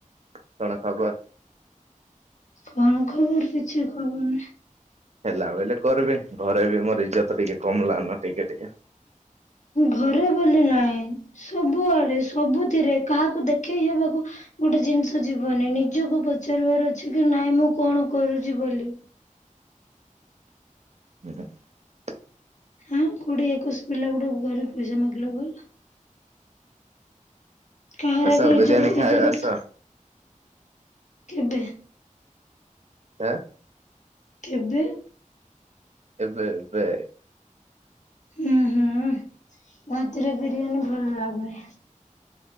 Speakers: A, on the right; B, on the left.
A: କଣ ଖବ?
B: କଣ ଖବର କିଛି ଖବର ନାହିଁ।
A: ହେଲା ବଲେ କରିବି ଘରେ ବି ମୋର ଇଜ୍ଜତ ଟିକେ କମଲା ନ ଟିକେ ଟିକେ
B: ଘରେ ବୋଲି ନାଇଁ ସବୁଆଡେ ସବୁଥିରେ କାହାକୁ ଦେଖେଇ ହେବାକୁ ଗୋଟେ ଜିନିଷ ଯିବନି ନିଜକୁ ପଚାରିବାର ଅଛି କି ନାଇଁ ମୁଁ କଣ କରୁଚି ବୋଲି।
A: <inaudible>
B: ହଁ କୋଡିଏ ଏକୋଇଶ ପିଲା ଗୋଟେ ଘରେ ପଇସା ମାଗିଲେ ଭଲ? କାହାର
A: ଆସ
B: ଆଗରେ
A: ବିରିୟାନୀ
B: ଇଜର୍
A: ଖାଇବା
B: ଇଜତତ୍
A: ଆସ
B: କେବେ?
A: ଏଁ।
B: କେବେ?
A: ଏବେ ଏବେ।
B: ଉଁ ହୁଁ ରାତିରେ ବିରିୟାନୀ ଭଲ ଲାଗୁନି।